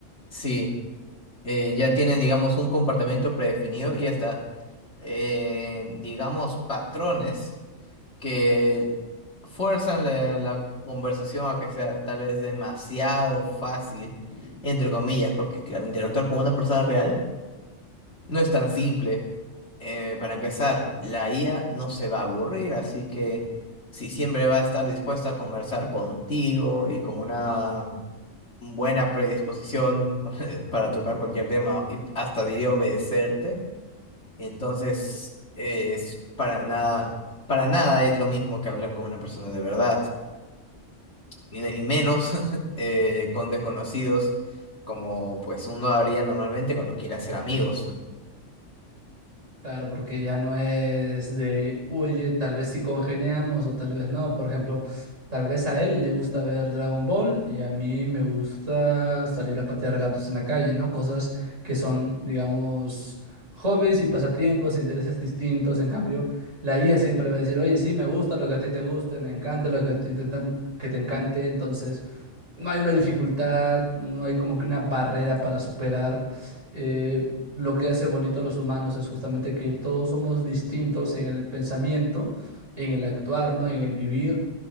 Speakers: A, on the left (about 60°); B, on the right (about 75°).
A: sí. eh, ya tienen, digamos, un comportamiento predefinido y hasta, eh, digamos, patrones que fuerzan la, la conversación a que sea tal vez demasiado fácil,
B: Mm.
A: entre comillas, porque, claro, interactuar con una persona real no es tan simple. Eh, para empezar, la IA no se va a aburrir, así que si siempre va a estar dispuesta a conversar contigo y con una buena predisposición <laughs> para tocar cualquier tema y hasta diría obedecerte, entonces eh, es para nada, para nada es lo mismo que hablar con una persona de verdad, y, y menos <laughs> eh, con desconocidos como pues uno haría normalmente cuando quiere hacer amigos.
B: Claro, porque ya no es de, oye, tal vez sí congeniamos o tal vez no. Por ejemplo, tal vez a él le gusta ver Dragon Ball y a mí me gusta salir a patear gatos en la calle, ¿no? Cosas que son, digamos, hobbies y pasatiempos, intereses distintos. En cambio, la IA siempre va a decir, oye, sí, me gusta lo que a ti te guste, me encanta lo que a ti te, encan- que te encante. Entonces, No hay una dificultad, no hay como que una barrera para superar. Eh, lo que hace bonito a los humanos es justamente que todos somos distintos en el pensamiento, en el actuar, ¿no? En el vivir.